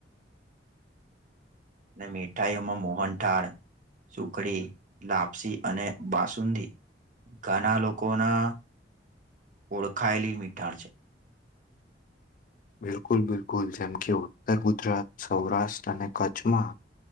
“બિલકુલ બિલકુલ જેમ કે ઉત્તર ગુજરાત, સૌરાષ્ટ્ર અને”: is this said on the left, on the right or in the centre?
Left